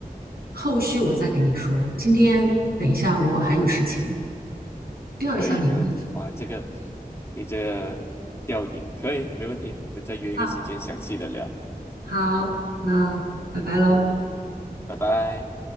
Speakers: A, on the right; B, on the left.
A: 后续我再给你说。今天等一下，我还有事情，吊一下你胃口。
B: 可以，没问题。哇，这个你这个吊影可以，没问题。我们再约一个时间详细的聊。
A: 好，好，那拜拜喽。
B: 嗯，拜拜。